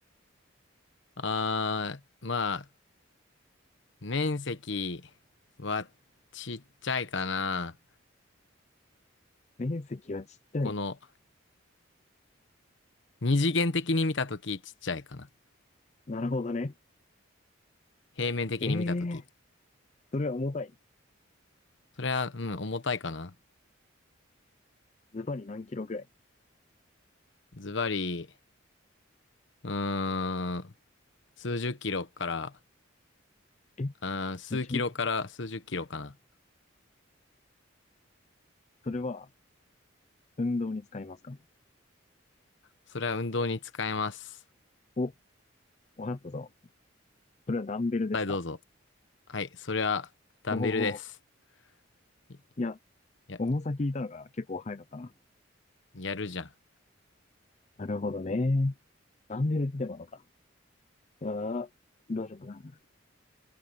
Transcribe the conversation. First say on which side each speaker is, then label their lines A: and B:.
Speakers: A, on the left; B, on the left.
A: あー、まあ、面積はちっちゃいかな。
B: 面積はちっちゃい。
A: この、二次元的に見たときちっちゃいかな。
B: なるほどね。
A: 平面的に見たとき。
B: ええー、それは重たい。
A: それは、うん、重たいかな。
B: ズバリ何キロぐらい
A: ズバリ、うーん、数十キロから、
B: え、
A: うーん、数キロから数十キロかな。
B: めちゃめちゃ。それは、運動に使いますか
A: それは運動に使えます。
B: お、わかったぞ。それはダンベルですか
A: 答えどうぞ。はい、それは、ダンベルです。
B: おお
A: い
B: ー、いや、
A: や、
B: 重さ聞いたのが結構早かったな。
A: やるじゃん。
B: なるほどね。ダンベルってでものか。ああ、どうしようかな。